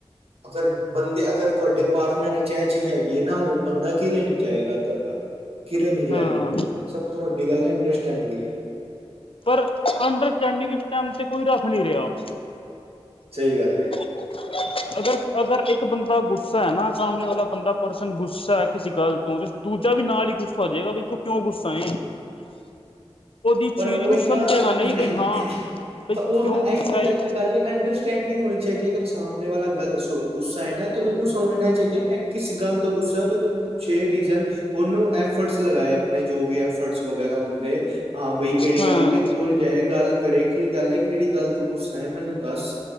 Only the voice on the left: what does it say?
ਹਾਂ
ਪਰ ਅੰਡਰ ਸਟੈਂਡਿੰਗ ਵਿਚ ਟਾਈਮ ਸਿਰ ਕੋਈ ਰੱਖ ਨਹੀਂ ਰਿਹਾ ਹੁਣ
<unintelligible> ਅਗਰ ਅਗਰ ਇੱਕ ਬੰਦਾ ਗੁੱਸਾ ਹ ਨਾ ਸਾਹਮਨੇ ਵਾਲਾ ਬੰਦਾ ਪਰਸਨ ਗੁੱਸਾ ਕਿਸੇ ਗੱਲ ਤੋਂ ਦੂਜਾ ਵੀ ਨਾਲ ਹੀ ਗੁੱਸਾ ਹੋ ਜਾਏਗਾ ਬਈ ਵੀ ਤੂੰ ਕਿਉਂ ਗੁੱਸਾ ਹੈ ਉਹਦੀ
ਚੀਜ਼
ਨੂੰ ਸਮਝੇਗਾ
ਨਹੀਂ ਬਈ ਹਾਂ ਬਈ
ਕਿਉਂ
ਗੁੱਸਾ
ਏ
ਹਾਂ